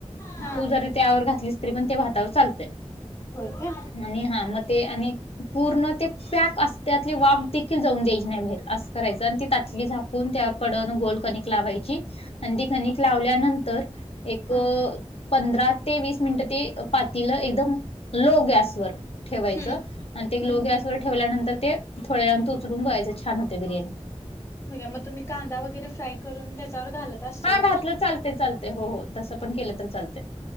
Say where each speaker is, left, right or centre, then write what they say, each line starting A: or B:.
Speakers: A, on the left (about 25°); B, on the left (about 60°).
A: हा
B: तू जरी त्यावर घातलीस तरी पण ते भातावर चाल ते
A: होय का
B: आणि हा म ते आणि पूर्ण ते पॅक अस त्यातली वाप देखील जाऊन द्यायची नाही बहिर असं करायचं आणि तात ली झाकून त्यावर कडन गोल कनिक लावायची आणि ती कनिक लावल्यानंतर एक
A: हा
B: पंधरा ते वीस मिनिटं ते पातीलं एकदम लो गॅसवर ठेवायचं
A: हम्म
B: आणि ते
A: हम्म
B: लो गॅसवर ठेवल्यानंतर ते थोड्या <unintelligible> उचरून बघायच छान होते बिर्याणी.
A: <unintelligible> तुम्ही कांदा वगैरे फ्राय करून त्याच्यावर घालत असशीला
B: हा
A: नाही?
B: घातलं चालते चालते हो हो तसं पण केलं तर चालते.